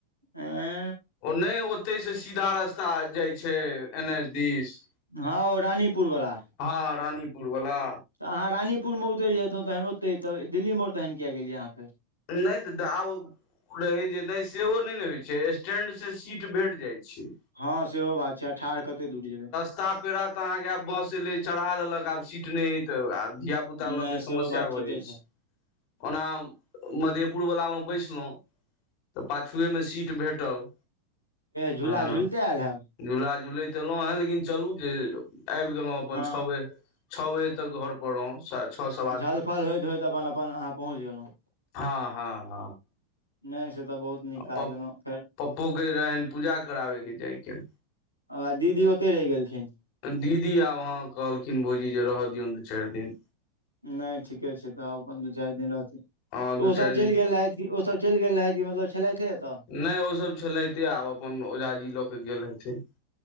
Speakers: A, on the left; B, on the left.
A: अंए
B: ओ नहि ओतहि सँ सीधा रास्ता जाइ छै एन एच दिस
A: ह ओ रानीपुरवला
B: ह रानीपुर वाला
A: तऽ अहाँ रानीपुरमे उतरि जेतहुँ तखन ओते सऽ दिल्लीमोड़ तहन कियाक गेलियै अहाँ फेर।
B: नहि तऽ आब। रहै जे नहि सेहो नहि ने होइ छै स्टैड से सीट भेट जाइत छै।
A: हँ सेहो बात छै। आ ठाढ़ कते दूर जेबै
B: रस्ता पेड़ा तऽ अहाँकेँ आब बस एले चढ़ा लेलक आब सीट नय तऽ आ धियापुता
A: नहि
B: लके समस्या
A: सेहो बात
B: भऽ
A: ठीके
B: जाइत छै। ओना मधेपुर वलामे बैसलहुँ तऽ पाछुएमे सीट भेटल
A: झूला
B: हँ
A: झूलते आयल हैब
B: झूला झुलैत एयलहुँ हे लेकिन चलू जे आबि गेलहुँ अपन
A: हँ
B: छओ बजे छओ बजे तक घर पर रहु छओ से।
A: झलफल होइत होइत अपन अपन अहाँ पहुँच गेलहुँ।
B: ह ह ह
A: नहि से तऽ बहुत। नीक
B: आ
A: काज केलहुँ फेर
B: पप्पोके रहनि पूजा कराबयके जाइके
A: आ दीदी ओते रहि गेलखिन।
B: दीदी आब अहाँ कहलखिन भौजी जे रह दियौन दू चारि दिन।
A: नहि ठीके छै तऽ अपन दू चारि दिन रहतै
B: हँ
A: त
B: दू
A: ओसभ
B: चारि
A: चलि
B: दिन
A: गेल रहथि कि ओसभ चलि गेल रहथि कि मतलब छलेइथे एतऽ
B: नहि ओ सभ छलएथे आब अपन ओझाजी लऽ के गेल हेथि